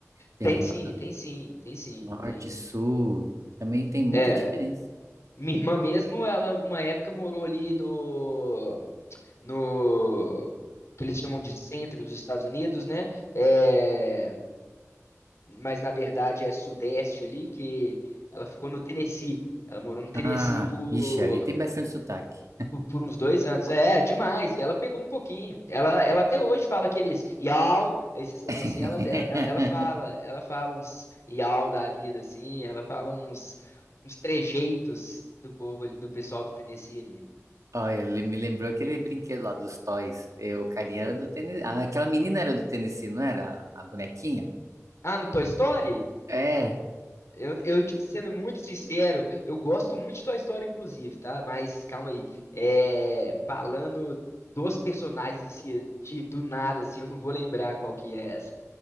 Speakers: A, on the right; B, on the left.
A: Tem
B: Tem sim,
A: lá do
B: tem sim, tem sim,
A: norte,
B: tem.
A: sul, também tem muita
B: É,
A: diferença.
B: minha irmã mesmo, ela uma época morou ali no no que eles chamam de centro dos Estados Unidos, né? É, mas na verdade é sudeste ali que ela ficou no Tennessee. Ela morou no Tennessee
A: Ah,
B: por
A: ixi, ali tem bastante sotaque.
B: Por, por uns dois anos. É, demais. E ela pegou um pouquinho. Ela, ela até hoje fala aqueles iau, esses trem
A: <laughs>
B: assim, ela, ela, ela fala, ela fala uns iau da vida, assim, ela fala uns, uns trejeitos do povo ali, do pessoal do Tennessee ali.
A: Olha, ele me lembrou aquele brinquedo lá dos Toys. Eu, o carinha era do Tennessee. Ah, aquela menina era do Tennessee, não era? A, a bonequinha?
B: Ah, no Toy Story?
A: É,
B: Eu, eu te sendo muito sincero, eu gosto muito de Toy Story, inclusive, tá? Mas calma aí. É, falando dos personagens em si, de, do nada, assim, eu não vou lembrar qual que é essa.